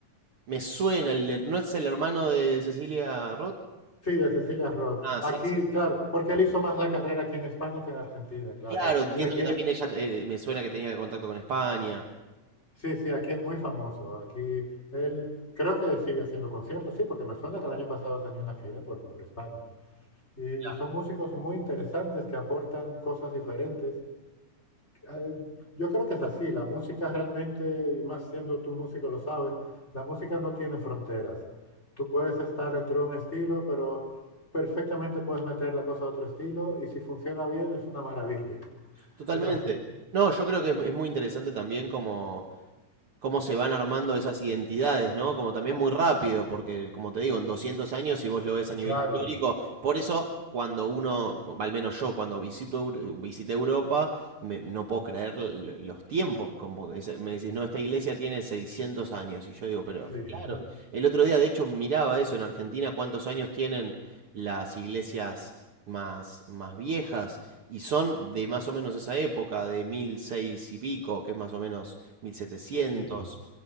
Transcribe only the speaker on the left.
Sí, de Cecilia Roth.
Aquí,
claro, porque él hizo más la carrera aquí en España que en Argentina, claro.
Y aquí
es,
sí, sí, aquí es muy famoso. Aquí él creo que sigue haciendo conciertos, sí, porque me suena que el año pasado tenía una gira por, por España. Y
son músicos muy interesantes que aportan cosas diferentes Eh, Yo creo que es así, la música realmente, y más siendo tú músico lo sabes, la música no tiene fronteras. Tú puedes estar dentro de un estilo, pero perfectamente puedes meter la cosa a otro estilo y si funciona bien es una maravilla.
Es así.
Claro,
sí,
<laughs>
sí,